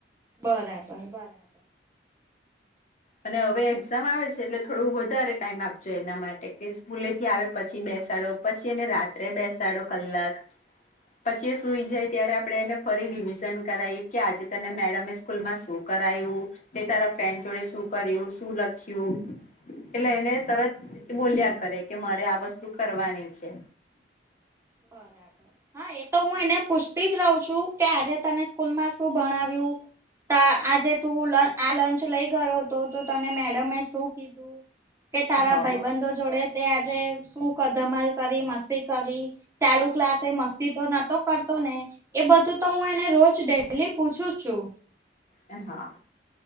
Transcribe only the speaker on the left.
અને હવે એક્ઝામ આવે છે એટલે થોડું વધારે ટાઈમ આપજો એના માટે કે સ્કૂલે થી આવે પછી બેસાડો પછી અને રાત રાત્રે બેસાડો કલાક. પછી એ સુઈ જાય ત્યારે આપણે એને ફરી રિવિઝન કરાવી કે આજે તને મેડમ એ સ્કૂલમાં શું? કરાયું તારા ફ્રેન્ડ જોડે શું કર્યું શું લખ્યું? એટલે એને તરત બોલ્યા કરે કે મારે આ વસ્તુ કરવાની છે.
હ હા
હા